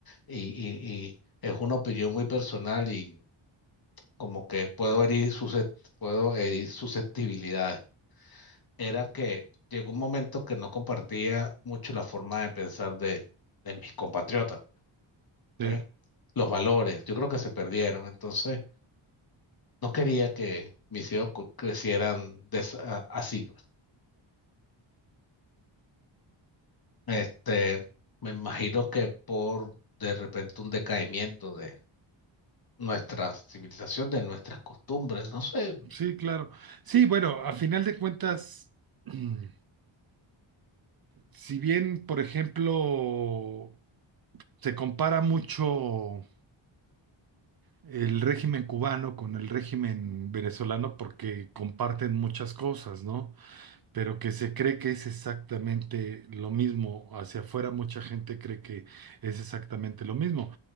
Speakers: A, on the left (about 45°); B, on the right (about 45°).
A: y- y- y es una opinión muy personal y como que puedo herir, suscept- puedo herir susceptibilidades. Era que llegó un momento que no compartía mucho la forma de pensar de, de mis compatriotas,
B: Sí.
A: ¿eh? Los valores, yo creo que se perdieron. Entonces, no quería que mis hijos cu- crecieran de esa- así, pues. Este, me imagino que por de repente un decaimiento de nuestra civilización, de nuestras costumbres, no sé.
B: Sí, claro. Sí, bueno, a final de cuentas, <clears throat> mm, si bien, por ejemplo, se compara mucho el régimen cubano con el régimen venezolano porque comparten muchas cosas, ¿no? pero que se cree que es exactamente lo mismo. Hacia afuera mucha gente cree que es exactamente lo mismo,